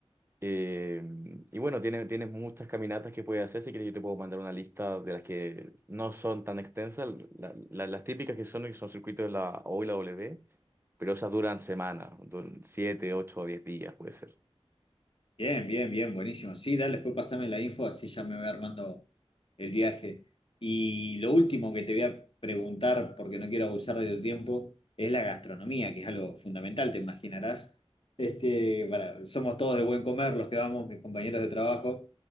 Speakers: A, on the right; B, on the left.
A: Eh, y bueno, tiene- tienes muchas caminatas que puedes hacer. Si quieres, yo te puedo mandar una lista de las que no son tan extensas. La- la- las típicas que son, que son circuitos de la O y la W, pero esas duran semanas, duran siete, ocho o diez días, puede ser.
B: Bien, bien, bien, buenísimo. Sí, dale, después pasame la info, así ya me voy armando el viaje. Y lo último que te voy a preguntar, porque no quiero abusar de tu tiempo, es la gastronomía, que es algo fundamental, te imaginarás. Este, para- somos todos de buen comer los que vamos, mis compañeros de trabajo.